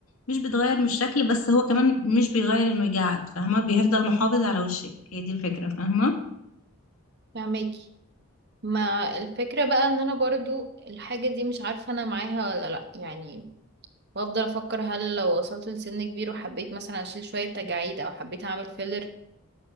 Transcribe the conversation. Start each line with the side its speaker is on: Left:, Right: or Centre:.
Left: مش بتغير من الشكل بس هو كمان مش بيغير انه يجعد فاهمة بيفضل محافظ على وشك هي دي الفكرة فاهمة
Right: فهماكي ما الفكرة بقى ان انا برضو الحاجة دي مش عارفة انا معاها ولا لا يعني بفضل افكر هل لو وصلت لسن كبير وحبيت مثلا اشيل شوية تجاعيد او حبيت اعمل فيلر